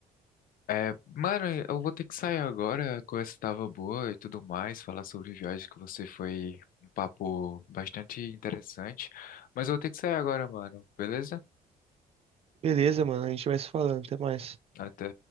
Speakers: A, on the left; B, on the right.
A: É, mano, eu vou ter que sair agora. A conversa tava boa e tudo mais. Falar sobre viagem que você foi um papo bastante interessante. Mas eu vou ter que sair agora, mano. Beleza?
B: Beleza, mano, a gente vai se falando, até mais.
A: Até.